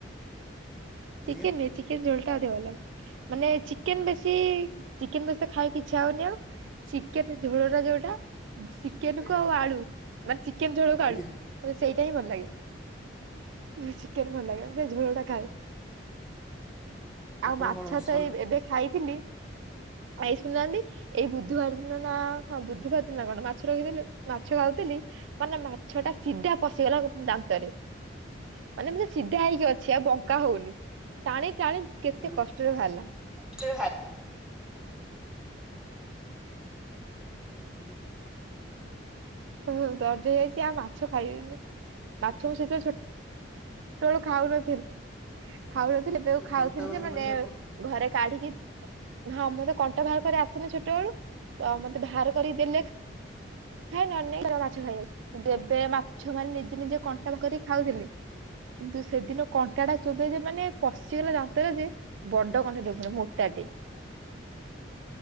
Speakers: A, on the right; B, in the centre.
A: ଚିକେନ
B: ଆଜ୍ଞା
A: ନୁହେଁ ଚିକେନ୍ ଝୋଳ ଟା ଅଧିକ ଭଲ ଲାଗେ। ମାନେ ଚିକେନ ବେଶୀ ଚିକେନ ବେଶୀ ତ ଖାଇ କିଛି ଆଉନି ଆଉ। ଚିକେନ ଝୋଳଟା ଯୋଉଟା ଚିକେନ
B: ଆଜ୍ଞା
A: କୁ ଆଉ ଆଳୁ ମାନେ ଚିକେନ ଝୋଳକୁ
B: ଆଜ୍ଞା
A: ଆଳୁ। ମୋତେ ସେଇଟା ହିଁ ଭଲ ଲାଗେ, ମ ଚିକେନ ଭଲ ଲାଗେ ମୁଁ ସେ ଝୋଳଟା ଖାଏ।।
B: <inaudible>
A: ଆଉ ମାଛ
B: କଣ
A: ତ
B: ସନ୍
A: ଏଇ ଏବେ ଖାଇଥିଲି ଆଉ ଏଇ ଶୁଣୁହାନ୍ତି ଏଇ ବୁଧବାର ଦିନ ନା ହଁ ବୁଧବାର ଦିନ କଣ ମାଛ ରଖିଦେଲୁ ମାଛ ଖାଉଥିଲି ମାନେ ମାଛ ଟା ସିଧା ପ ପସିଗଲା ଦାନ୍ତରେ ମାନେ ଏମିତି ସିଧା ହେଇକି ଅଛି ଆଉ ବଙ୍କା ହଉନି। ଟାଣି ଟାଣି କେତେ
B: ଆଜ୍ଞା।
A: କଷ୍ଟରେ ବାହାରିଲା।
B: <unintelligible> ଆଜ୍ଞା।
A: ତ ଦର୍ଜ ହେଇଯାଇଚି ଆଉ ମାଛ ଖାଇବନି ମାଛ ମୁଁ ସେଥି ଛୋଟ ଛୋଟ ବେଳୁ ଖାଉନଥିଲି ଖାଉନଥିଲି ଏବେ
B: ଏ
A: ଖାଉଥିଲି
B: କଣ୍ଟା ବାହାର
A: ଯେ ମାନେ
B: କରି ଆପଣ
A: ଘରେ କାଢିକି ହଁ ମୁଁପା କଣ୍ଟା ବାହାର କରି ଆସେନି ଛୋଟ ବେଳୁ ତ ମତେ ବାହାର କରିକି ଦେଲେ ଖାଏ ନଲେ <unintelligible> ଦେବେ ମାଛ ମାନେ ନିଜେ ନିଜେ କଣ୍ଟା ବାହାର କରିକି ଖାଉଥିଲି କିନ୍ତୁ ସେଦିନ କଣ୍ଟା ଟା ଚୋବେଇ ଦେବି ମାନେ ପଶିଗଲା ଦାନ୍ତରେ ଯେ ବଡ କଣ୍ଟାରେ ଫୁଣି ମୋଟାଟେ।
B: ବଡ କଣ୍ଟା